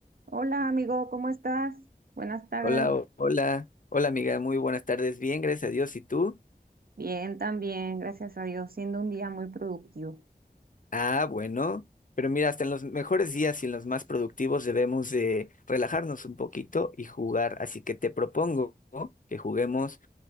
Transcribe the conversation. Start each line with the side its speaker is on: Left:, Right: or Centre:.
Right: Hola amigo, ¿cómo estás? Buenas tardes.
Left: Hola, o- hola, hola amiga, muy buenas tardes, bien, gracias a Dios, ¿y tú?
Right: Bien, también, gracias a Dios, siendo un día muy productivo.
Left: Ah, bueno, pero mira, hasta en los mejores días y en los más productivos debemos de relajarnos un poquito y jugar, así que te propongo que juguemos